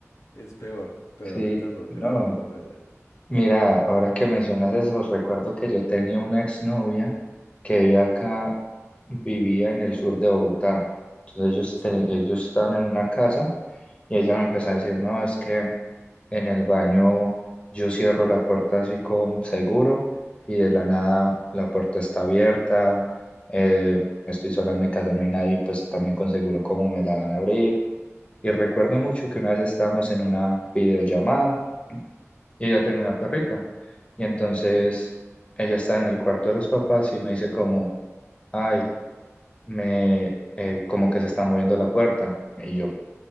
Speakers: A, on the left; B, on the left.
A: Es peor, peor
B: sí.
A: el terror.
B: No,
A: Yo no volví por allá.
B: mira, ahora que mencionas eso, recuerdo que yo tenía una exnovia que vivía acá, vivía en el sur de Bogotá. Entonces ellos,
A: Sí,
B: te- ellos estaban en una casa y ella me empezó a decir, no, es que en el baño yo cierro la puerta así con seguro y de la nada la puerta está abierta, eh, estoy sola en mi casa, no hay nadie, pues también con seguro, ¿cómo me la van a abrir? Y recuerdo mucho
A: sí.
B: que una vez estábamos en una videollamada y ella tenía una perrita. Y entonces ella está en el cuarto de los papás y me dice como, ay, me, eh, como que se está moviendo la puerta. Y yo.